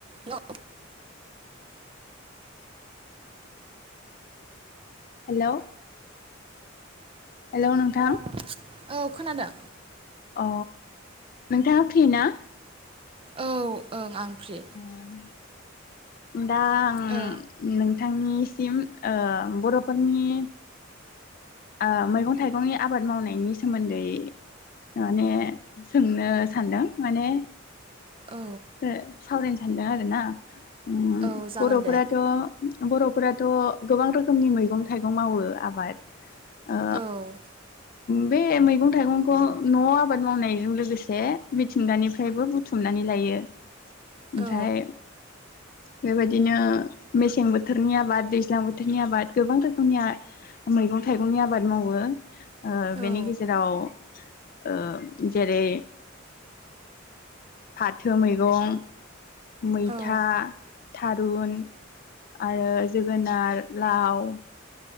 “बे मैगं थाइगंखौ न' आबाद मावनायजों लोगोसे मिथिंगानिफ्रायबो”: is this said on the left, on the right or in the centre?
Left